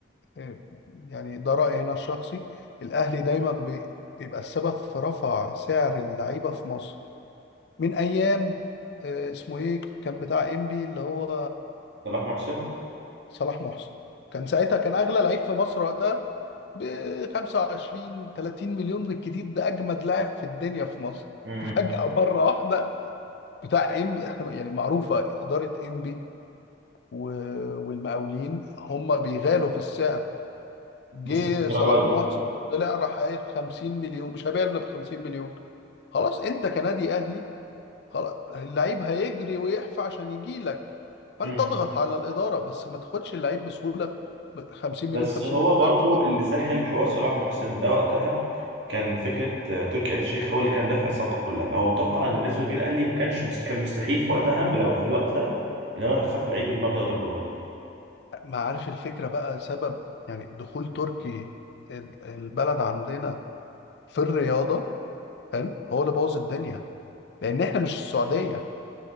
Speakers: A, on the left; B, on the right.
A: آه، يعني ده رايي هنا الشخصي الاهلي دايما بي... بيبقى السبب في رفع سعر اللعيبه في مصر من ايام آه، اسمه ايه كان بتاع انبي اللي هو
B: صلاح محسن
A: صلاح محسن كان ساعتها كان اغلى لعيب في مصر وقتها ب 25 30 مليون بالكتير ده اجمد لاعب في الدنيا في مصر
B: امم
A: <laughs> فجأة مرة واحدة بتاع انبي احنا يعني معروفة إدارة انبي و- والمقاولين هم بيغالوا في السعر جه
B: بس مش الدرجه
A: صلاح
B: دي
A: محسن طلع راح قايل 50 مليون مش هبيع الا ب 50 مليون خلاص انت كنادي اهلي خلاص اللعيب هيجري ويحفى عشان يجي لك فانت
B: امم
A: اضغط على الإدارة بس ما تاخدش اللعيب بسهولة ب 50
B: بس
A: مليون 50
B: هو
A: مليون
B: برضو
A: هدفع
B: اللي سهل حوار صلاح محسن ده وقتها كان فكره آه، تركي آل الشيخ هو اللي كان دافع الصفقه كلها هو متوقع ان بالنسبه للجيل الاهلي ما كانش مست... كان مستحيل في وقتها بلو... في الوقت ده ان هو يدفع في لعيب المبلغ ده كله
A: ما عارف الفكرة بقى سبب يعني دخول تركي ال- البلد عندنا في الرياضة حلو هو اللي بوظ الدنيا لأن إحنا مش السعودية